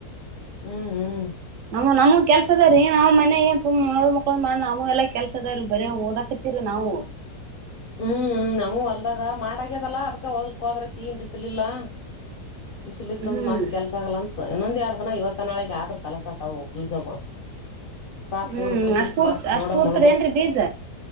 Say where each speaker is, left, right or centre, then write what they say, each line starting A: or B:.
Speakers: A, on the left (about 65°); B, on the right (about 65°).
A: ಹ್ಮ್ ಹ್ಮ್
B: ನಮ್ಮ ನಮ ಕೆಲ್ಸದ ರ ನಾ್ ಮನ ಏನ್ ಸುಮ್ ಮಳ ಮಕ್ಳು ಮಾಡ ನವು ಎಲ್ಲಾ ಕೆಲ್ಸದರು ಬರೇ ಓದಾಕರ್ತಿರು ನಾವು
A: ಹ್ಮ್ ಹ್ಮ್ ನಮವು ಹೊಲ್ದಾಗ ಮಾಡಗ್ಯದಲ್ಲಾ ಅದ್ಕ ಹೊಲ್ಕ್ ಹೋದ್ರತಿೀ ಬಿಸಲಿಲ್ಲಾ ಬಿಸಿಲಿತ್ತ ಅಂದ್ರ
B: ಹ್ಮ್
A: ಮತ್ ಕೆಲ್ಸ ಆಗಲ್ಲ ಅಂತ ಇನ್ನೊಂದ್ ಎಡ್ದನ ಇವತ್ತ ನಾಳಗ್ ಆದ್ರರು ಕೆಲಸ ತಾವ ಬೀಜಗಳು ಸಾಕು
B: ಹ್ಮ್
A: ಊರ್ ಬಿಡ್ತಿ
B: ಅಷ್ಟೂರ್
A: ಮತ್
B: ಅಷ್ಟೂರ್ತರಿ
A: ನೋಡ ಮುಳ್ದ
B: ಏನ್ರಿ ಬೀಜ